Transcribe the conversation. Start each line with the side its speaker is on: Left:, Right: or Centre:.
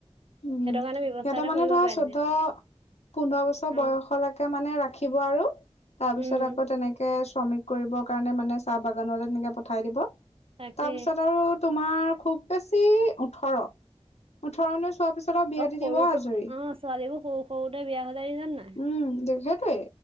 Left: উম
Right: সেইটো কাৰণে ব্যৱস্থা
Left: সিহঁতৰ
Right: এটা
Left: মানে
Right: কৰিব
Left: ধৰা
Right: পাৰিলে
Left: চৈধ। পোন্ধৰ বছৰ
Right: অ
Left: বয়সলৈকে মানে ৰাখিব আৰু তাৰ
Right: উম
Left: পিছত আকৌ তেনেকে শ্ৰমিক কৰিবৰ কাৰণে মানে চাহ বাগানতে তেনেকে পঠাই দিব।
Right: তাকে
Left: তাৰপিছত আৰু তোমাৰ খুব বেছি ওঠৰ ওঠৰ চোৱাৰ পিছত। বিয়া
Right: আৰু
Left: দি
Right: সৰুটো
Left: দিব আজৰি
Right: অ ছোৱালীবোৰ সৰু সৰুতে বিয়া হৈ যায় দেখিছানে নাই?
Left: উম দে আৰু